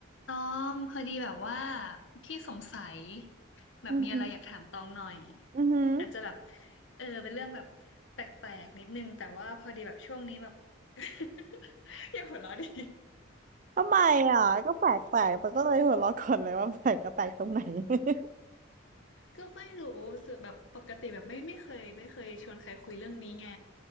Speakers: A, on the left; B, on the right.
A: ตองพอดีแบบว่าพี่สงสัยแบบมีอะไรอยากถามตองหน่อย
B: อือหืออือหือ
A: อาจจะแบบเออเป็นเรื่องแบบแปลกๆนิดนึงแต่ว่าพอดีแบบช่วงนี้แบบ <laughs> อย่าหัวเราะดิ
B: ทำไมอ่ะก็แปลกแปลกแตก็เลยหัวเราะก่อนเลยว่าแปลกก็แปลกตรงไหน <laughs>
A: ก็ไม่รู้รู้สึกแบบปกติแบบไม่ไม่เคยไม่เคยชวนใครคุยเรื่องนี้ไง